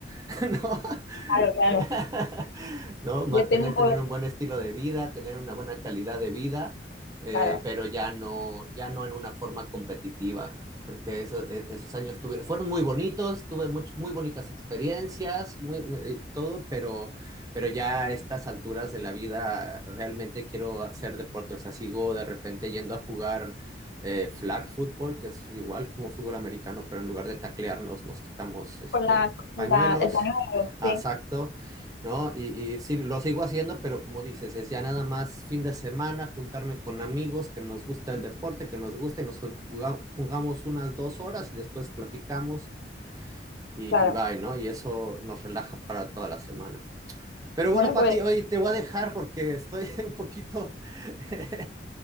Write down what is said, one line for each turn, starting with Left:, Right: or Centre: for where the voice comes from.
Right: <laughs> ¿no?
Left: Claro, claro.
Right: <laughs> ¿no? Mantener,
Left: Yo temo por,
Right: tener un buen estilo de vida, tener una buena calidad de vida, eh,
Left: claro,
Right: pero ya no, ya no en una forma competitiva. Porque eso, eh, esos años tuve, fueron muy bonitos, tuve much- muy bonitas experiencias, muy, muy- todo, pero, pero ya a estas alturas de la vida realmente quiero hacer deporte. O sea, sigo de repente yendo a jugar eh, flag football, que es igual como fútbol americano, pero en lugar de taclearnos, nos quitamos este,
Left: con la,
Right: pañuelos.
Left: la- el pañuelo,
Right: Ah,
Left: sí,
Right: Exacto, ¿no? Y, y sí, lo sigo haciendo, pero como dices, es ya nada más fin de semana, juntarme con amigos que nos gusta el deporte, que nos guste, nos jugamos, jugamos unas dos horas y después platicamos y,
Left: claro.
Right: y bye, ¿no? Y eso nos relaja para toda la semana. Pero
Left: Bueno,
Right: bueno, Pati,
Left: pues
Right: hoy te voy a dejar porque estoy un poquito <laughs>